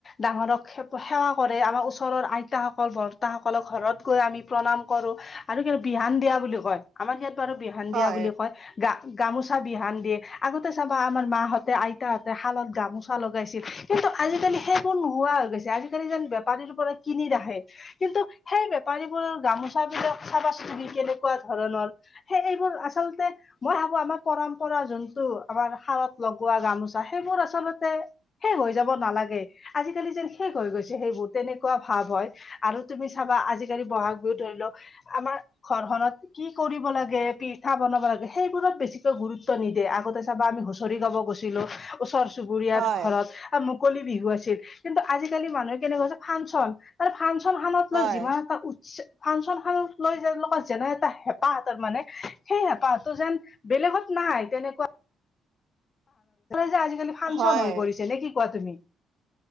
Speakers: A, on the left; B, on the right.
A: ডাঙৰক সেৱা কৰে। আমাৰ ওচৰৰ আইতাসকল বৰ্তাসকলক ঘৰত গৈ আমি প্ৰণাম কৰো। আৰু কি বিহান দিয়া বুলি কয় আমাক ইয়াত বাৰু বিহান
B: হয়
A: দিয়া বুলি কয় গা গামোচাত বিহান দিয়ে আগতে চাবা আমাৰ মাহঁতে আইতাহঁতে শালত গামোচা লগাইছিল কিন্তু, আজিকালি সেইবোৰ নোহোৱা হৈ গৈছে আজিকালি যেন বেপাৰীৰ পৰা কিনি ৰাখে কিন্তু, সেই বেপাৰীবোৰৰ গামোচা তাভিত চাবা চুন কেনেকুৱা ধৰণৰ সেই এইবোৰ আচলতে মই ভাবো আমাৰ পৰম্পৰা। যোনটো আমাৰ হালত লগোৱা গামোচা সেইবোৰ আচলতে শেষ হৈ যাব নালাগে। আজিকালি যেন শেষ হৈ গৈছে সেইবোৰ তেনেকুৱা ভাৱ হয় আৰু তুমি চাবা আজিকালি বহাগ বিহু ধৰি লওক আমাৰ ঘৰখননত কি কৰিব লাগে পিঠা বনাব লাগে সেইবোৰত বেছিকৈ গুৰুত্ব নিদিয়ে। দে আগতে চাবা আমি হুচৰি গাব গৈছিলো ওচৰ চু চুবুৰীয়াত
B: হয়
A: ঘৰত মুকলি বিহু আছিল কিন্তু আজি কালি মানুহে কেনে কৈছো ফানচন মানে ফানচন হানত
B: হয়
A: মানে যিমান এটা উৎচে ফানচন লৈ তেলোকৰ যেনে এটা হেঁপাহ আছে মানে সেই হেঁপাহতটো যেন বেলেগত নাই তেন নেকুৱা। যে আজিকালি ফানচন
B: হয়।
A: হৈ পৰিছে নে কি কোৱা তুমি?